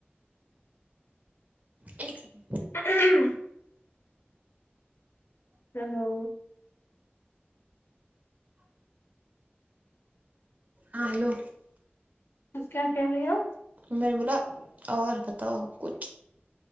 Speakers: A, on the right; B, on the left.
A: ایک سیکنڈ
B: اہ ہم ہیلو
A: ہاں ہیلو
B: کیا کہہ رہی ہو
A: میں نے بولا اور بتاؤ کچ